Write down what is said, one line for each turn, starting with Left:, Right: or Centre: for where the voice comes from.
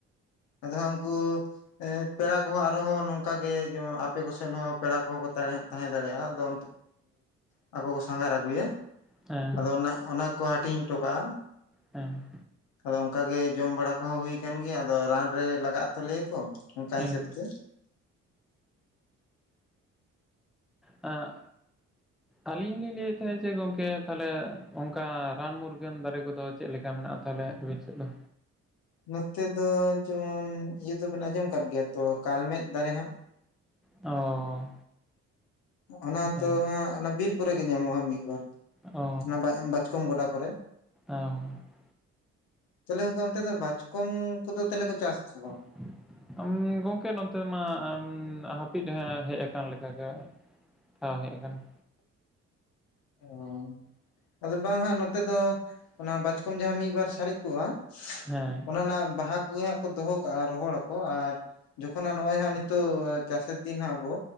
Left: ᱟᱫᱚᱦᱟᱜ ᱩᱱᱠᱩ ᱯᱮᱲᱟ ᱠᱚᱦᱚᱸ ᱟᱨᱦᱚᱸ ᱱᱚᱝᱠᱟ ᱜᱮ ᱡᱮᱢᱚᱱ ᱟᱯᱮ ᱠᱚᱥᱮᱫ ᱦᱚᱸ ᱯᱮᱲᱟ ᱠᱚᱦᱚᱸ ᱠᱚ ᱛᱟᱦᱮᱸᱫ ᱛᱟᱦᱮᱸ ᱫᱟᱲᱮᱭᱟᱜᱼᱟ <unintelligible> ᱟᱠᱚ ᱠᱚ ᱥᱟᱸᱜᱷᱟᱨ ᱟᱹᱜᱩᱭᱟ
Centre: ᱦᱮᱸ
Left: ᱟᱫᱚ ᱚᱱᱟ ᱚᱱᱟ ᱠᱚ ᱦᱴᱤᱧ ᱴᱚᱠᱟᱜᱼᱟ
Centre: ᱦᱮᱸ
Left: ᱟᱫᱚ ᱚᱱᱠᱟ ᱜᱮ ᱡᱚᱢ ᱵᱟᱲᱟ ᱠᱚᱦᱚᱸ ᱦᱩᱭ ᱟᱠᱟᱱ ᱜᱮᱭᱟ ᱟᱫᱚ ᱨᱟᱱ ᱨᱮ ᱞᱟᱜᱟ ᱟᱛᱚ ᱞᱮᱭᱟᱠᱚ ᱚᱱᱠᱟ
Centre: ᱦᱮᱸ
Left: ᱦᱤᱥᱟᱹᱵ ᱛᱮ
Centre: ᱮᱜ ᱟᱹᱞᱤᱧ ᱞᱤᱧ ᱞᱟᱹᱭᱮᱫ ᱛᱟᱦᱮᱸᱫ ᱡᱮ ᱜᱚᱝᱠᱮ ᱛᱟᱦᱚᱞᱮ ᱚᱱᱠᱟ ᱨᱟᱱ ᱢᱩᱨᱜᱟᱹᱱ ᱫᱟᱨᱮ ᱠᱚᱫᱚ ᱪᱮᱫ ᱞᱮᱠᱟ ᱢᱮᱱᱟᱜᱼᱟ ᱛᱟᱦᱚᱞᱮ ᱟᱵᱤᱱ ᱥᱮᱫ ᱫᱚ
Left: ᱱᱚᱛᱮ ᱫᱚ ᱡᱮᱢᱚᱱ ᱤᱭᱟᱹ ᱫᱚᱵᱮᱱ ᱟᱸᱡᱚᱢ ᱟᱠᱟᱫ ᱜᱮᱭᱟ ᱛᱚ ᱠᱟᱞᱢᱮᱫ ᱫᱟᱨᱮ ᱦᱟᱜ
Centre: ᱚ
Left: ᱚᱱᱟ
Centre: ᱦᱮᱸ
Left: ᱛᱚ ᱦᱟᱸᱜ ᱚᱱᱟ ᱵᱤᱨ ᱠᱚᱨᱮ ᱜᱮ ᱧᱟᱢᱚᱜᱼᱟ ᱢᱤᱫᱵᱟᱨ
Centre: ᱚ
Left: ᱚᱱᱟ <inaudible> ᱵᱟᱪᱠᱚᱢ ᱜᱚᱰᱟ ᱠᱚᱨᱮ
Centre: ᱚ
Left: ᱛᱟᱦᱚᱞᱮ ᱜᱚᱝᱠᱮ ᱚᱱᱛᱮ ᱫᱚ ᱵᱟᱪᱠᱚᱢ ᱠᱚᱫᱚ ᱛᱮᱟᱦᱞᱮ ᱠᱚ ᱪᱟᱥ ᱟᱥᱮ ᱵᱟᱝ?
Centre: <unintelligible> ᱜᱚᱝᱠᱮ ᱱᱚᱛᱮ ᱢᱟ ᱦᱟᱹᱯᱤᱫ ᱦᱮᱜ ᱟᱠᱟᱱ ᱞᱮᱠᱟᱜᱮ᱾ ᱦᱚᱸ ᱦᱮᱜ ᱟᱠᱟᱱᱟ
Left: <inaudible> ᱟᱫᱚ ᱵᱟᱝ ᱦᱟᱸᱜ ᱱᱚᱛᱮ ᱫᱚ ᱚᱱᱟ ᱵᱟᱪᱠᱚᱢ ᱡᱟᱦᱟᱸ ᱢᱤᱫᱵᱟᱨ ᱥᱟᱨᱮᱡ ᱠᱚᱜᱼᱟ,
Centre: <unintelligible>
Left: ᱚᱱᱟ ᱵᱟᱦᱟ ᱠᱚᱜᱮ ᱦᱟᱸᱜ ᱠᱚ ᱫᱚᱦᱚ ᱠᱟᱜᱼᱟ ᱨᱚᱦᱚᱲ ᱟᱠᱚ ᱟᱨ ᱡᱚᱠᱷᱚᱱ ᱦᱟᱸ ᱱᱚᱜᱼᱚᱜ ᱦᱟᱸᱜ ᱱᱤᱛᱚᱜ ᱪᱟᱥᱮᱨ ᱫᱤᱱ ᱟᱵᱚ,